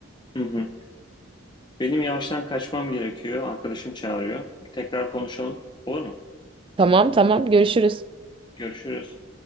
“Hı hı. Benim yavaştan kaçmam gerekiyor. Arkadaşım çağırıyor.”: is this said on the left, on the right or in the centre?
Left